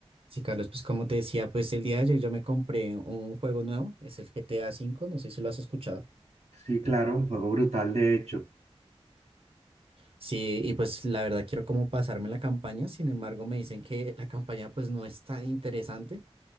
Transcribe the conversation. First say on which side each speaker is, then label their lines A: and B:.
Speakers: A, on the right (about 60°); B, on the right (about 80°).
A: Sí, Carlos, pues como te decía, pues el día de ayer yo me compré un juego nuevo, es el GTA cinco, no sé si lo has escuchado.
B: Sí, claro, un juego brutal, de hecho.
A: Sí, y pues la verdad quiero como pasarme la campaña, sin embargo me dicen que la campaña pues no es tan interesante,